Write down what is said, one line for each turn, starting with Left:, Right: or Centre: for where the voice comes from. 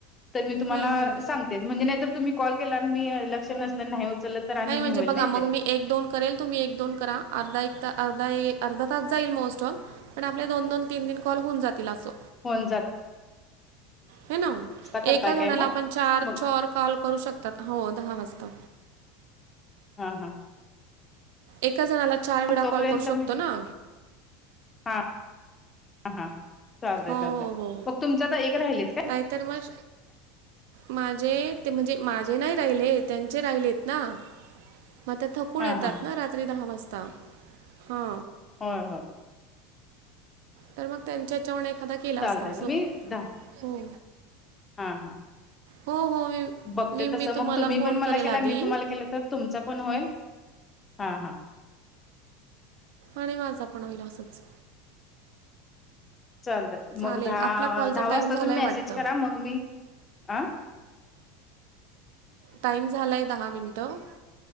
Left: तर मी तुम्हाला
Right: हम्म हम्म.
Left: सांगतेच म्हणजे नाहीर तुम्ही कॉल केला मी अस नाही उचललं तर आणिही
Right: म्हणजे
Left: होईल
Right: बघा
Left: नाही
Right: मग
Left: ते
Right: मी एक दोन करेल तुम्ही एक दोन करा अर्धा एक अर्ा अर्धा तास जाईल मोस्ट ऑफ पण आपले दोन दोन तीन तीन कॉल होऊनातील असं
Left: होन जात
Right: हे ना
Left: करताय
Right: एका जणाला
Left: काय मग
Right: आपण चार
Left: मग
Right: चर कॉल करू शकतात हो दहा वाजता
Left: हा हा
Right: एका जणाला चार वेळा
Left: मग तोपर्यंत
Right: कॉल करू शकतो
Left: मी
Right: ना
Left: हा हा चालतंय
Right: हो
Left: चालतंय
Right: हो हो
Left: मग तुमच तर एक राहिलेच काय
Right: नाहीतर मग माझे ते म्हणजे माझे नाही राहिले त्यांचे राहिलेत ना मग त्या थकून
Left: हा
Right: येतात,
Left: हा
Right: ना रात्री दहा वाजता हा.
Left: होय होय.
Right: तर मग त्यांच्या ह्याच्यावन एखादा केला
Left: चालतय
Right: असता, सो
Left: मी द
Right: हो
Left: हा हा.
Right: हो हो <unintelligible>
Left: बघते तस
Right: मी
Left: मग
Right: तुम्हाला
Left: तुम्ही,
Right: फोन
Left: पण
Right: करेल
Left: मला केला
Right: आधी
Left: मी तुम्हाला केला, तर तुमच पण होईल हा हां.
Right: आणि माझा पण होईल असंच.
Left: चालतंय
Right: चालेल
Left: मग दहा
Right: आपला कॉलचा
Left: दहा वाजता
Right: टाईम झालाय
Left: तुम्ही
Right: वाटतं
Left: मेसेज करा, मग मी आं.
Right: टाइम झालाय, दहा मिनिटं.